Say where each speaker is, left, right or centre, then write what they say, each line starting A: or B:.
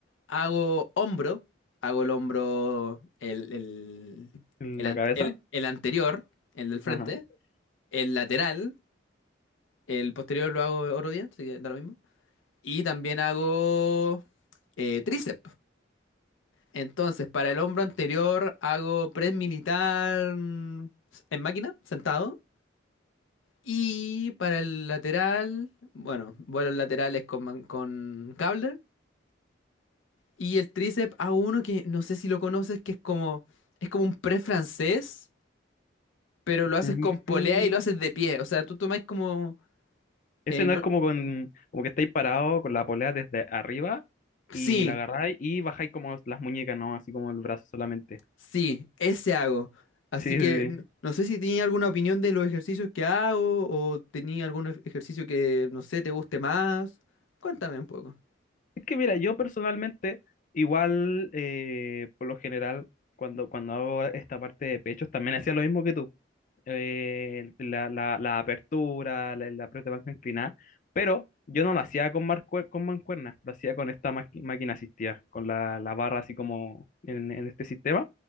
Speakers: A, on the left; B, on the left.
A: hago hombro, hago el hombro, el, el,
B: la
A: el, an-
B: cabeza.
A: el el anterior, el del frente,
B: Ajá.
A: el lateral, el posterior lo hago otro día, así que da lo mismo. Y también hago eh, tríceps. Entonces, para el hombro anterior hago press militar mm, en máquina, sentado. Y para el lateral, bueno, vuelos laterales con, man- con cable. Y el tríceps hago uno que no sé si lo conoces, que es como, es como un press francés, pero lo haces
B: Mm,
A: con polea y lo haces de pie. O sea, tú tomáis como...
B: Ese
A: eh,
B: no
A: no-
B: es como con, como que estáis parado con la polea desde arriba
A: sí,
B: y la agarráis y bajáis como las muñecas, ¿no? Así como el brazo solamente.
A: Sí, ese hago. Así
B: Sí, sí,
A: que n-
B: sí.
A: no sé si tenía alguna opinión de los ejercicios que hago o tenía algún ej- ejercicio que, no sé, te guste más. Cuéntame un poco.
B: Es que mira, yo personalmente, igual, eh, por lo general, cuando, cuando hago esta parte de pechos, también hacía lo mismo que tú. Eh, la, la, la apertura, la, la press de banca inclinada, pero yo no lo hacía con, marcue- con mancuernas, lo hacía con esta maqui- máquina asistida, con la, la barra así como en, en este sistema,